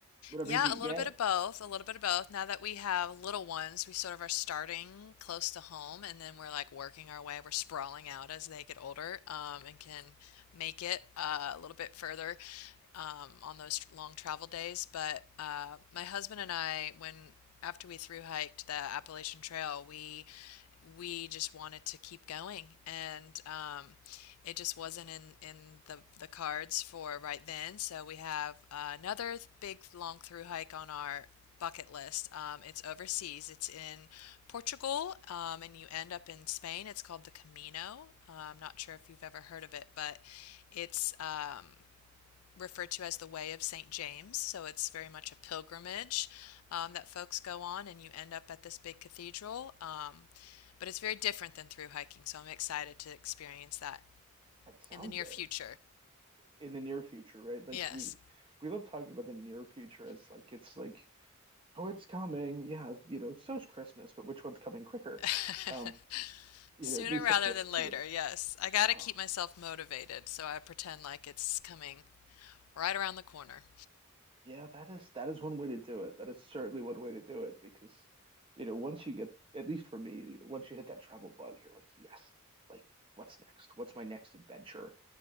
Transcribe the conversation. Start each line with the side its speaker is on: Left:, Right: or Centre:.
Right: whatever
Left: Yeah,
Right: you can
Left: a little
Right: get.
Left: bit of both, a little bit of both. Now that we have little ones, we sort of are starting close to home, and then we're like working our way, we're sprawling out as they get older, um, and can make it uh, a little bit further um, on those long travel days. But uh, my husband and I, when after we thru hiked the Appalachian Trail, we we just wanted to keep going and um, it just wasn't in in the the cards for right then so we have uh, another big long through hike on our bucket list um, it's overseas it's in Portugal um, and you end up in Spain it's called the Camino Uh, I'm not sure if you've ever heard of it but it's um, referred to as the Way of St. James. So it's very much a pilgrimage um, that folks go on, and you end up at this big cathedral. Um, but it's very different than through hiking, so I'm excited to experience that
Right: That sounds
Left: in the near
Right: it.
Left: future.
Right: In the near future, right? Like
Left: Yes.
Right: we we love talking about the near future as like it's like, oh, it's coming. Yeah, you know, so's Christmas, but which one's coming quicker?
Left: <laughs>
Right: Um, you
Left: Sooner
Right: know, at least
Left: rather
Right: that's the way
Left: than
Right: I
Left: later,
Right: see it.
Left: yes. I gotta
Right: Oh,
Left: keep myself motivated, so I pretend like it's coming right around the corner.
Right: Yeah, that is that is one way to do it. That is certainly one way to do it because, you know, once you get, at least for me, once you hit that travel bug, you're like, yes, like what's next? What's my next adventure?